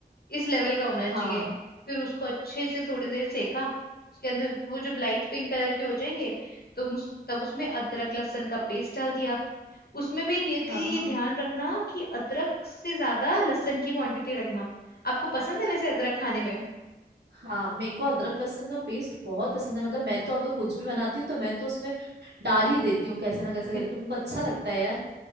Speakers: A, on the left; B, on the right.
A: इस लेवल का होना
B: हाँ
A: चाहिए फिर उसको अच्छे से थोड़ी देर सेका उसके अंदर वो जब लाइट पिंक कलर के हो जाएंगे तो उस, तब उसमें अदरक लहसुन का पेस्ट डाल दिया उसमें भी नियति
B: हाँ हाँ
A: ये ध्यान रखना कि अदरक से ज्यादा लहसुन की क्वांटिटी रखना आपको पसंद है वैसे अदरक खाने में
B: हाँ मेरे को अदरक लहसुन का पेस्ट बहुत पसंद है मतलब मैं तो अगर कुछ भी बनाती हूँ तो मैं तो उसमें डाल ही देती हूँ कैसे ना कैसे
A: <laughs>
B: करके मेरे को अच्छा लगता है यार